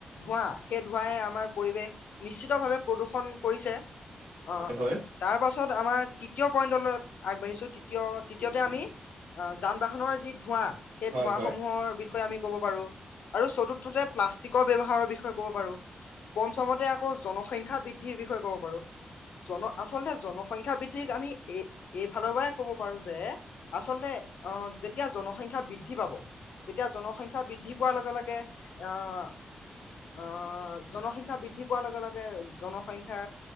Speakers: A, on the left; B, on the right.
A: ধোঁৱা, সেই ধোঁৱাই আমাৰ পৰিৱেশ নিশ্চিতভাৱে প্ৰদূষন কৰিছে। অহ
B: হয়
A: তাৰ পাছত আমাৰ তৃতীয় পইণ্টলৈ আগবাঢ়িছো তৃতীয়-তৃতীয়তে আমি অ, যান-বাহনৰ যি ধোঁৱা, সেই
B: হয়
A: ধোঁৱা
B: হয়
A: সমূহৰ আমি ক'ব পাৰোঁ আৰু চতুৰ্থতে প্লাষ্টিকৰ ব্যৱহাৰৰ বিষয়ে ক'ব পাৰোঁ। পঞ্চমতে আকৌ জনসংখ্যা বৃদ্ধিৰ বিষয়ে ক'ব পাৰো। আচলতে জনসংখ্যা বৃদ্ধিক আমি এই এইফালৰ পৰাই কব পাৰো যে আচলতে অহ এতিয়া জনসংখ্যা বৃদ্ধি পাব। তেতিয়া জনসংখ্যা বৃদ্ধি পোৱাৰ লগে-লগে, আহ-আহ জনসংখ্যা বৃদ্ধি পোৱাৰ লগে-লগে, জনসংখ্যা